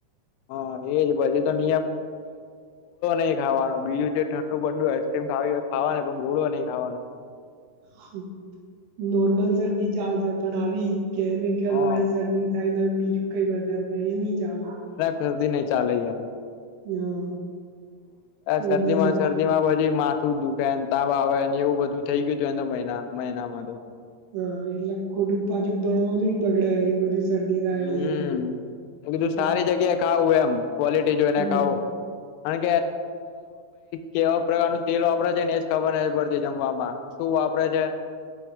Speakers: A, on the left (about 85°); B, on the right (about 70°).
A: <unintelligible> ઠંડુ બંડું આઈસક્રીમ ખાવી હોય ખાવાનો પણ ગોળો નઈ ખાવાનો.
B: હા. નોર્મલ શરદી ચાલશે પણ આવી કેમિકલ
A: હા
B: વાળી શરદી થાય ને <unintelligible>
A: હલ્દી નહીં ચાલે
B: હા
A: શરદીમાં
B: એ બી છે
A: ને શરદીમાં પછી ને માથું દુખે ને તાવ આવે ને એવું બધું થઇ ગયું હતું એ મહિના મહિનામાં તો
B: હા એટલે ખોટું પાછું ભણવાનું બગડે એ બધું શરદી થાય
A: હમમ.
B: એ લીધે
A: <unintelligible>
B: તારે
A: ક્વોલિટી જોઈને
B: હમ
A: ખાવું <unintelligible> કે એવા પ્રકારનું તેલ વાપરે છે ને એજ ખબર નથી પડતી જમવામાં શું વાપરે છે.